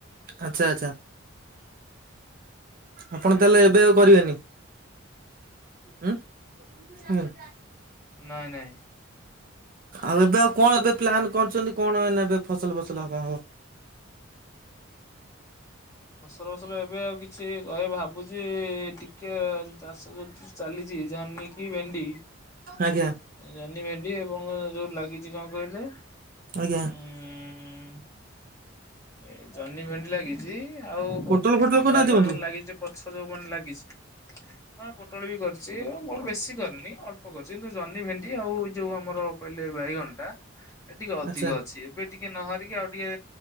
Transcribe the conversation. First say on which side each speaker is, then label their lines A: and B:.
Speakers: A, on the right; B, on the left.
A: ଆଛା ଆଛା ଆପଣ ତାହେଲେ ଏବେ ଆଉ କରିବେନି। ହଁ ହୁଁ।
B: ନାଇଁ ନାଇଁ।
A: ଆଉ ଏବେ ଆଉ କଣ ଏବେ ପ୍ଲନ୍ କରିଚନ୍ତି କଣ ଏନେ ବେ ଫସଲ ଫସଲ ହବଣ ହବ।
B: <inaudible> ଫସଲ ଫସଲ ଏବେ ଆଉ କିଛି କହେ ଭାବୁଛି ଟିକେ ଚାଷ ଯୋଉ ଚାଲିଛି ଜହ୍ନି କି ଭେଣ୍ଡି
A: ଆଜ୍ଞା।
B: ଜହ୍ନି ଭେଣ୍ଡି ଏବଂ ଯୋଉ ଯୋଉ ଲାଗିଚି କଂ କହିଲେ
A: ଆଜ୍ଞା
B: ଉଁ ହୁଁ ଏ ଜହ୍ନି ଭେଣ୍ଡି ଲାଗି ଚି ଆଉ
A: ପୋଟଳ
B: ଉଟ୍ ଉଁ
A: ଫୋଟଳ କୋଉଦିନ
B: ବାଇଗଣ
A: ଦିଅନ୍ତୁ
B: ଲାଗିଚି ଯେ ପ ଛ ଜଉ ମଣ ଲାଗିଚି ହଁ ପୋଟଳ ବି କରିଚି ଆକୋଣ ବେଶୀ କରିନି ଅଳ୍ପ କରିଚି କି ନ୍ତୁ ଜହ୍ନି ଭେଣ୍ଡି ଆଉ ଏଇ ଯୋଉ ଆମର କହିଲେ ବାଇଗଣ୍ଟା ଏ ଟିକେ ଅଧିକ
A: ଆଚ୍ଛା
B: ଅଛି। ଏବେ ଟିକେ ନ ହରିକି ଆଉ ଟିକେ